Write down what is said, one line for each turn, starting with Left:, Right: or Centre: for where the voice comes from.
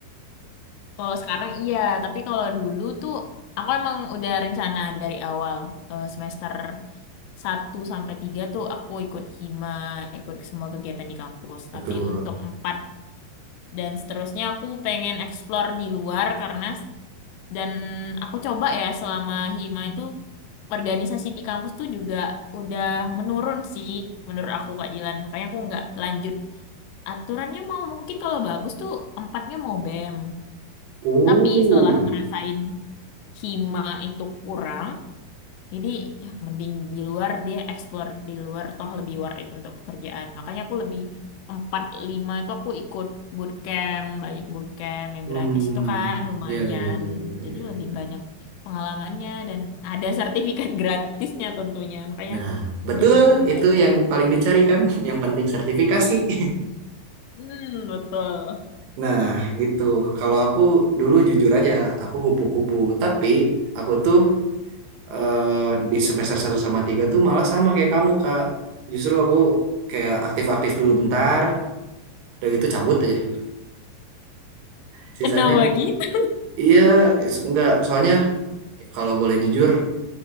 Left: Kalau sekarang iya, tapi kalau dulu tuh aku emang udah rencana dari awal eh, semester satu sampai 3 tuh aku ikut hima, ikut semua kegiatan di kampus.
Right: Betul.
Left: Tapi untuk 4 dan seterusnya aku pengen explore di luar karena dan aku coba ya selama hima itu organisasi di kampus tuh juga udah menurun sih menurut aku Kak Dilan. Makanya aku nggak lanjut. Aturannya mau mungkin kalau bagus tuh empatnya mau BEM.
Right: Oh.
Left: Tapi setelah ngerasain hima itu kurang, jadi ya, mending di luar dia explore di luar toh lebih worth it untuk pekerjaan. Makanya aku lebih 4 5 itu aku ikut bootcamp, banyak bootcamp yang
Right: Hmm.
Left: gratis itu kan lumayan.
Right: Ya, ya, ya, ya,
Left: Jadi
Right: ya.
Left: lebih
Right: ya.
Left: banyak pengalamannya dan ada sertifikat <laughs> gratisnya tentunya. Makanya
Right: Nah, betul
Left: udah bootcamp
Right: itu
Left: aja.
Right: yang paling dicari kan, <laughs> yang penting sertifikasi. <laughs>
Left: Hmm, betul.
Right: Nah, gitu. Kalau aku dulu jujur aja, aku kupu-kupu. Tapi aku tuh eh, di semester satu sama 3 tuh malah sama kayak kamu, Kak. Justru aku kayak aktif-aktif dulu bentar, udah gitu cabut aja. Sisanya,
Left: Kenapa gitu?
Right: iya, is- enggak. Soalnya kalau boleh jujur,